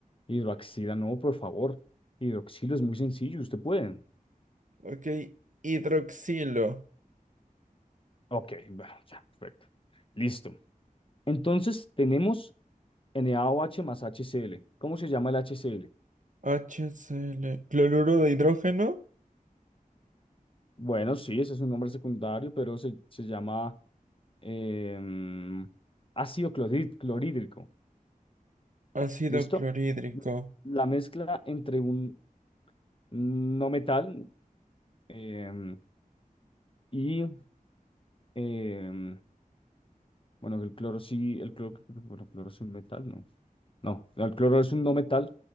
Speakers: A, on the left; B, on the right.
A: Hidroxila no, por favor. Hidroxilo es muy sencillo, usted puede.
B: Ok. Hidroxilo.
A: Ok, bueno, ya, perfecto. Listo. Entonces tenemos NaOH más HCl. ¿Cómo se llama el HCl?
B: HCl. Cloruro de hidrógeno.
A: Bueno, sí, ese es un nombre secundario, pero se, se llama em, ácido clorhí- clorhídrico.
B: Ácido
A: ¿Listo?
B: clorhídrico.
A: La mezcla entre un no metal em, y Em, bueno, el cloro sí, el cloro, bueno, el cloro es un metal, ¿no? No, el cloro es un no metal